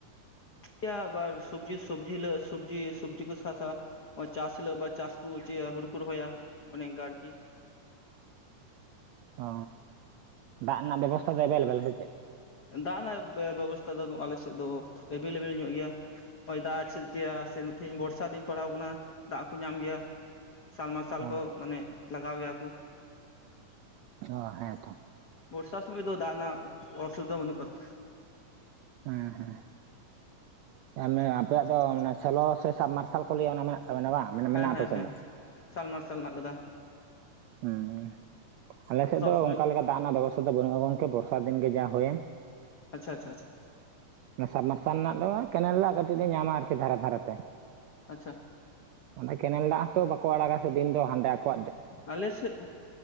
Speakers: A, on the left (about 75°); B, on the right (about 90°).
A: ᱤᱭᱟ ᱟᱵᱟᱨ ᱥᱚᱵᱽᱡᱤ ᱥᱚᱵᱽᱡᱤ ᱦᱤᱞᱳᱜ ᱥᱚᱵᱽᱡᱤ ᱥᱚᱵᱽᱡᱤ ᱠᱚ ᱪᱟᱥᱟ ᱟᱨ ᱪᱟᱥ ᱦᱤᱞᱳᱜ ᱵᱟ ᱪᱟᱥ ᱠᱚ ᱩᱪᱟ. ᱭᱟ ᱦᱩᱲᱩ ᱠᱚ ᱨᱚᱦᱚᱭᱟ ᱚᱱᱮ ᱚᱱᱠᱟ ᱟᱨᱠᱤ
B: ᱚᱻ ᱫᱟᱜ ᱨᱮᱱᱟᱜ ᱵᱮᱵᱚᱥᱛᱷᱟ ᱫᱚ ᱮᱵᱮᱞ ᱮᱵᱮᱞ ᱥᱮ ᱪᱮᱫ?
A: ᱫᱟᱜ ᱨᱮᱱᱟᱜ ᱵᱮ-ᱵᱮᱵᱚᱥᱛᱷᱟ ᱫᱚ ᱟᱞᱮ ᱥᱮᱫ ᱫᱚ ᱮᱵᱮᱞ ᱮᱵᱮᱞ ᱧᱚᱜ ᱜᱮᱭᱟ ᱦᱚᱭ ᱫᱟᱜ ᱥᱮ ᱪᱮᱭᱟ <unintelligible> ᱵᱚᱨᱥᱟ ᱫᱤᱱ ᱯᱟᱲᱟᱣ ᱟᱠᱟᱱᱟ ᱫᱟᱜ ᱦᱚᱸ ᱠᱚ ᱧᱟᱢ ᱜᱮᱭᱟ᱾ ᱥᱟᱞ ᱢᱟᱨᱥᱟᱞ
B: ᱚ
A: ᱦᱚᱸ ᱢᱟᱱᱮ ᱞᱟᱜᱟᱣ ᱜᱮᱭᱟ ᱠᱚ᱾
B: ᱚ ᱦᱮᱸ ᱛᱚ᱾
A: ᱵᱚᱨᱥᱟ ᱥᱩᱢᱚᱭ ᱫᱚ ᱫᱟᱜ ᱨᱮᱱᱟᱜ ᱚᱥᱩᱵᱤᱫᱷᱟ ᱵᱟᱹᱱᱩᱜ ᱠᱟᱫᱟ᱾
B: ᱦᱮᱸ ᱦᱮᱸ ᱛᱟᱦᱞᱮ ᱟᱯᱮᱭᱟᱜ ᱫᱚ ᱚᱱᱮ ᱥᱮᱞᱚ ᱥᱮ ᱥᱟᱵᱢᱟᱨᱥᱟᱞ ᱠᱚ ᱞᱟᱹᱭᱟ ᱚᱱᱟ ᱢᱮᱱᱟᱜ ᱛᱟᱵᱮᱱᱟ ᱵᱟᱝ? ᱢᱮᱱᱟᱜᱼᱟ
A: ᱦᱮᱸ ᱦᱮᱸ
B: ᱟᱯᱮ ᱥᱮᱫ
A: ᱦᱮᱸ
B: ᱫᱚ
A: ᱥᱟᱞ ᱢᱟᱨᱥᱟᱞ ᱦᱮᱱᱟᱜ ᱠᱟᱫᱟ᱾
B: ᱦᱩᱸᱻ ᱟᱞᱮ ᱥᱮᱫ
A: ᱥᱚᱵᱽ
B: ᱫᱚ
A: ᱥᱚᱢᱚᱭ
B: ᱚᱱᱠᱟ ᱞᱮᱠᱟ ᱫᱟᱜ ᱨᱮᱱᱟᱜ ᱵᱮᱵᱚᱥᱛᱷᱟ ᱫᱚ ᱵᱟᱹᱱᱩᱜ-ᱟ ᱜᱚᱝᱠᱮ ᱵᱚᱨᱥᱟ ᱫᱤᱱ ᱜᱮ ᱡᱟ ᱦᱩᱭᱮᱱ ᱾
A: ᱟᱪᱪᱷᱟ ᱟᱪᱪᱷᱟ ᱟᱪᱪᱷᱟ
B: ᱥᱟᱵ ᱢᱟᱨᱥᱟᱞ ᱨᱮᱱᱟᱜ ᱫᱚ ᱠᱮᱱᱮᱞ ᱨᱮᱭᱟᱜ ᱠᱟᱹᱴᱤᱡ ᱞᱮ ᱧᱟᱢᱟ ᱟᱨᱠᱤ ᱫᱷᱟᱨᱮ ᱫᱷᱟᱨᱮ ᱛᱮ᱾
A: ᱟᱪᱪᱷᱟ
B: ᱚᱱᱟ ᱠᱮᱱᱮᱞ ᱫᱟᱜ ᱦᱚᱸᱛᱚ ᱵᱟᱠᱚ ᱟᱲᱟᱜᱟ ᱥᱮ ᱫᱤᱱ ᱫᱚ ᱦᱟᱸᱰᱮ ᱟᱠᱚ
A: ᱟᱞᱮ ᱥᱮᱫ